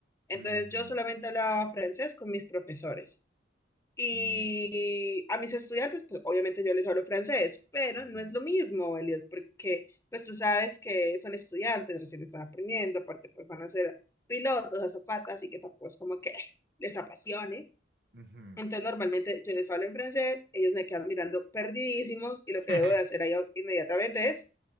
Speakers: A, on the left; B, on the right.
A: Entonces
B: ujú,
A: yo solamente hablaba francés con mis profesores. Y
B: ujú,
A: a mis estudiantes, pues obviamente yo les hablo francés, pero
B: ujú,
A: no es lo mismo, Elliot, porque pues tú sabes que son estudiantes, recién están aprendiendo, aparte pues van a ser pilotos, azafatas, así que tampoco es como que les apasione.
B: ujú.
A: Entonces normalmente yo les hablo en francés, ellos me quedan mirando perdidísimos y lo
B: <laughs>
A: que debo de hacer ahí inmediatamente es